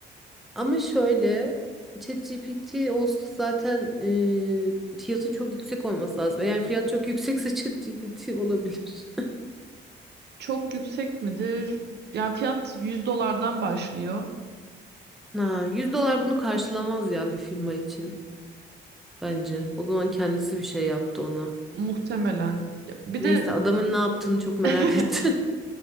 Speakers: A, in the centre; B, on the right.
A: ama şöyle ChatGPT olsa zaten e, fiyatın çok yüksek olması lazım. Eğer fiyat çok yüksekse <laughs> ChatGPT olabilir.
B: Çok yüksek midir? Yani fiyat 100 dolardan başlıyor
A: Ha, 100 dolar bunu karşılamaz ya bir firma için bence. O zaman kendisi bir şey yaptı ona.
B: muhtemelen. Bir
A: Neyse
B: de
A: adamın ne yaptığını çok merak
B: <laughs>
A: <laughs> ettim.